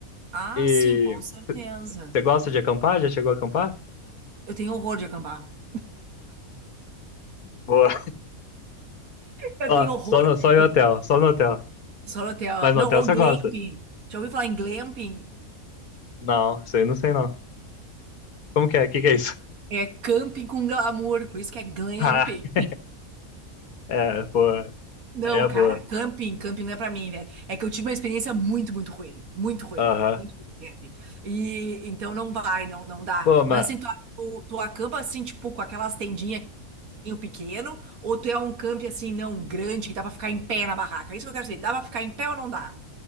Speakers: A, on the right (about 90°); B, on the left (about 85°).
A: Ah,
B: E
A: sim, com certeza.
B: você gosta de acampar? Já chegou a acampar?
A: Eu tenho horror de acampar.
B: Boa.
A: Eu
B: Só,
A: tenho horror.
B: só, no, só em
A: Eu
B: hotel, só no hotel,
A: só no hotel.
B: mas no
A: Não,
B: hotel
A: ou
B: você
A: glamping.
B: gosta?
A: Já ouviu falar em glamping?
B: Não, isso aí eu não sei não. Como que é? O que que é isso?
A: É camping com glamour, por isso que é glamping.
B: <laughs> Ah, é, pô,
A: Não,
B: aí é
A: cara,
B: boa.
A: camping, camping não é pra mim, velho. É que eu tive uma experiência muito, muito ruim. Muito ruim.
B: Aham.
A: Muito ruim, de camping. E então não vai, não, não dá.
B: Pô, mas
A: Mas assim, tu, tu, tu acampa assim, tipo, com aquelas tendinhas pequeno, ou tu é um camping assim, não, grande, que dá pra ficar em pé na barraca? É isso que eu quero dizer. Dá pra ficar em pé ou não dá?